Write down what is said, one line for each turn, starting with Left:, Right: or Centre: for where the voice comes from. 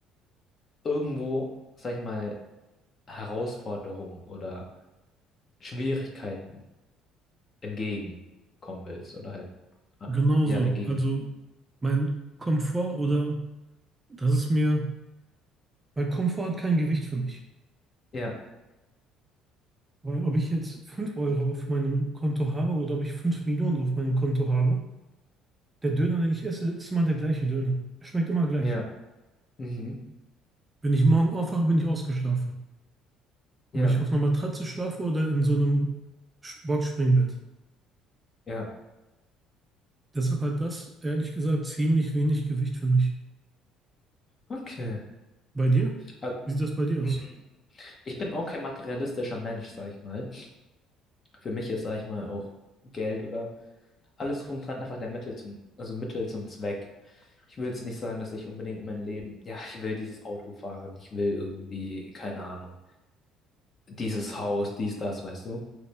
Left: irgendwo, sag ich mal, Herausforderungen oder Schwierigkeiten entgegenkommen willst oder halt, ah,
Right: genau
Left: ja,
Right: so.
Left: dagegen.
Right: Also mein Komfort oder das ist mir Weil Komfort hat kein Gewicht für mich.
Left: Ja,
Right: Weil ob ich jetzt 5 Euro auf meinem Konto habe oder ob ich 5 Millionen auf meinem Konto habe, der Döner, den ich esse, ist immer der gleiche Döner. Er schmeckt immer gleich.
Left: ja, mhm,
Right: Wenn ich morgen aufwache, bin ich ausgeschlafen.
Left: ja,
Right: Ob ich auf einer Matratze schlafe oder in so einem Sch- Boxspringbett.
Left: ja,
Right: Deshalb hat das, ehrlich gesagt, ziemlich wenig Gewicht für mich.
Left: okay.
Right: Bei dir?
Left: Also,
Right: Wie sieht das bei dir
Left: mm,
Right: aus?
Left: ich bin auch kein materialistischer Mensch, sag ich mal. Für mich ist, sag ich mal, auch Geld oder alles drum dran einfach der Mittel zum, also Mittel zum Zweck. Ich will jetzt nicht sagen, dass ich unbedingt mein Leben, ja, ich will dieses Auto fahren, ich will irgendwie, keine Ahnung, dieses Haus, dies, das, weißt du?